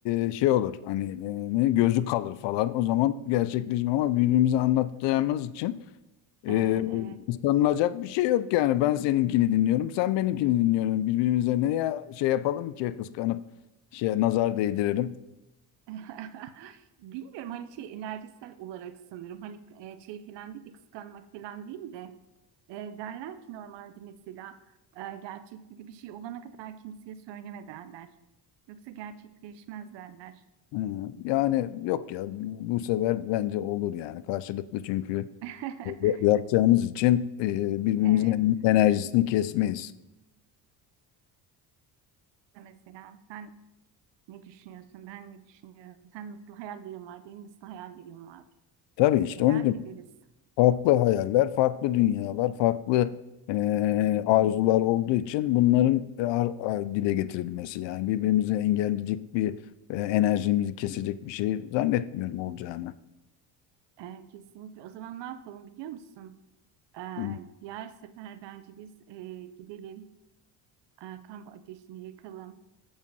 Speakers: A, on the left; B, on the right.
A: e, şey olur. Hani e, ne, gözü kalır falan. O zaman gerçekleşme ama birbirimize anlattığımız için e,
B: Ee, E,
A: kıskanılacak bir şey yok yani. Ben seninkini dinliyorum, sen benimkini dinliyorsun. Birbirimize neye şey yapalım ki kıskanıp şey nazar değdirelim.
B: evet. <laughs> Bilmiyorum hani şey enerjisel olarak sanırım. Hani e, şey falan değil de kıskanmak falan değil de e, derler ki normalde mesela e, gerçekte de bir şey olana kadar kimseye söyleme derler. Yoksa gerçekleşmez derler.
A: Hı, Yani yok ya bu sefer bence olur yani karşılıklı çünkü.
B: <laughs>
A: yapacağımız için e, birbirimizin
B: Evet.
A: enerjisini kesmeyiz.
B: Mesela sen Ne düşünüyorsun? Ben ne düşünüyorum? Sen nasıl hayal gücün var? Benim nasıl hayal gücüm var?
A: Tabii işte
B: Merak
A: onu diyorum.
B: ederiz.
A: Farklı hayaller, farklı dünyalar, farklı e, arzular olduğu için bunların e, ar- ar- dile getirilmesi yani birbirimizi engelleyecek bir e, enerjimizi kesecek bir şey zannetmiyorum olacağını.
B: Ee, kesinlikle. O zaman ne yapalım biliyor musun? Ee,
A: Hı.
B: diğer sefer bence biz e, gidelim. Ee, kamp ateşini yakalım.